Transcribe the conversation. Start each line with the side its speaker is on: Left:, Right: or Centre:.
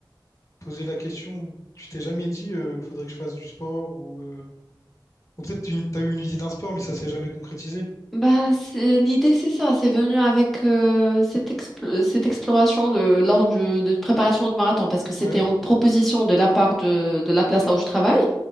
Left: posé la question, ou tu t'es jamais dit, euh, faudrait que je fasse du sport, ou, euh, ou peut-être tu as eu une idée d'un sport, mais ça s'est jamais concrétisé.
Centre: Bah, c'est- l'idée, c'est ça. C'est venu avec euh, cette, expl- cette exploration de, lors du, de préparation du marathon, parce que c'était
Left: Ouais.
Centre: en proposition de la part de, de la place là où je travaille.